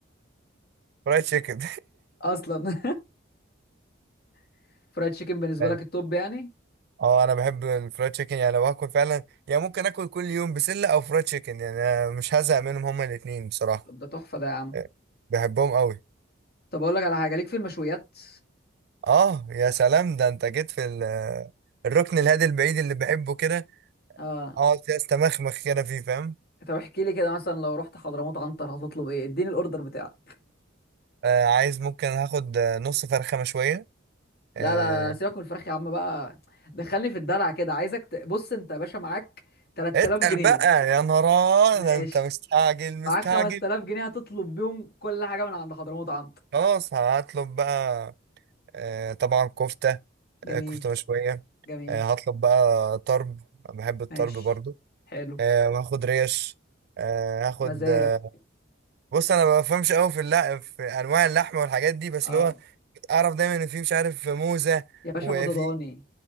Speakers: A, on the right; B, on the left.
A: فرايد تشيكن
B: اصلا <laughs> فرايد تشيكن بالنسبة
A: <laughs> يعني
B: لك التوب يعني
A: اه انا بحب الفرايد تشيكن يعني لو هاكل فعلا يعني ممكن اكل كل يوم بسله او فرايد تشيكن يعني أنا مش هزهق منهم هما الاثنين بصراحه
B: طب ده تحفة ده يا عم
A: آه، بحبهم قوي
B: طب اقول لك على حاجه ليك في المشويات
A: اه يا سلام ده انت جيت في ال- الركن الهادي البعيد اللي بحبه كده
B: اه
A: اقعد فيه استمخمخ كده فيه فاهم
B: طب احكي لي كده مثلا لو رحت حضرموت عنتر هتطلب ايه اديني الاوردر بتاعك
A: آه عايز ممكن هاخد آه، نص فرخه مشويه آه
B: لا لا لا، سيبك من الفراخ يا عم بقى دخلني في الدلع كده عايزك ت... بص انت يا باشا معاك 3000
A: اتقل
B: جنيه
A: بقى يا نهار
B: ماشي
A: ده انت مستعجل مستعجل
B: معاك 5000 جنيه هتطلب بيهم كل حاجه من عند حضرموت عنتر
A: خلاص هطلب بقى آه، طبعا كفتة
B: جميل
A: آه، كفتة مشوية
B: جميل
A: آه، هطلب بقى طرب أنا بحب الطرب
B: ماشي
A: برضو
B: حلو
A: آه، وهاخد ريش آه، هاخد
B: مزاجك
A: آه، بص انا ما بفهمش قوي في اللحم في انواع اللحمه والحاجات دي بس
B: اه
A: اللي هو اعرف دايما ان في مش عارف موزه
B: يا باشا
A: وفي
B: موزة ضاني